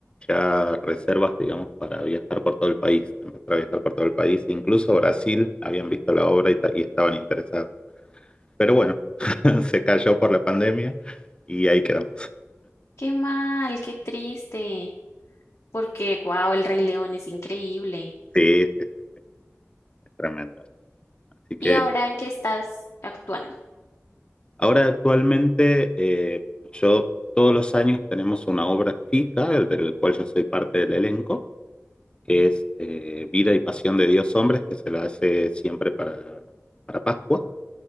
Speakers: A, on the left; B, on the left.
A: ya reservas, digamos, para viajar por todo el país, empezar a viajar por todo el país, incluso Brasil, habían visto la obra y, ta- y estaban interesados. Pero bueno, <laughs> se cayó por la pandemia y ahí quedamos.
B: Qué mal, qué triste. Porque, wow, El Rey León es increíble.
A: Sí, sí, es tremendo. Así que
B: ¿Y ahora en qué estás actuando?
A: ahora actualmente eh, yo todos los años tenemos una obra fija, del cual yo soy parte del elenco, que es eh, Vida y Pasión de Dios Hombres, que se la hace siempre para, para Pascua.